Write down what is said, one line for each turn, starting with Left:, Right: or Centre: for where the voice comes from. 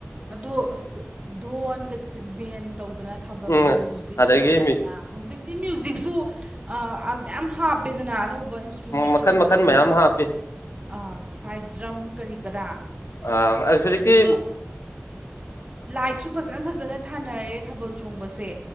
Right: ꯑꯗꯣ ꯑꯁ ꯗꯙꯣꯟꯒ ꯕꯦꯟ ꯇꯧꯗꯅ ꯊꯥꯕꯜꯒꯤ
Left: ꯎꯝ
Right: ꯃ꯭ꯌꯨꯖꯤꯛꯀ
Left: ꯑꯗꯒꯤ
Right: ꯇꯧꯗꯅ
Left: ꯃꯤ
Right: ꯍꯧꯖꯤꯛꯇꯤ ꯃ꯭ꯌꯨꯖꯤꯛꯁꯨ ꯃꯌꯥꯝ ꯍꯥꯞꯄꯦꯗꯅ ꯑꯅꯧꯕ ꯏꯟꯁꯇ꯭ꯔꯨꯃꯦꯟ
Left: ꯃꯈꯟ ꯃꯈꯟ
Right: ꯗ꯭ꯔꯝ
Left: ꯃꯌꯥꯝ ꯍꯥꯞꯄꯤ
Right: ꯑꯥ ꯁꯥꯏꯠ ꯗ꯭ꯔꯝ ꯀꯔꯤ ꯀꯔꯥ
Left: ꯑꯥ ꯑꯗꯨ ꯍꯧꯖꯤꯛꯛꯇ
Right: ꯑꯗꯨꯒ ꯂꯥꯏꯠꯁꯨ ꯐꯖꯅ ꯐꯖꯅ ꯊꯥꯅꯔꯦ ꯊꯥꯕꯜ ꯆꯣꯡꯕꯁꯦ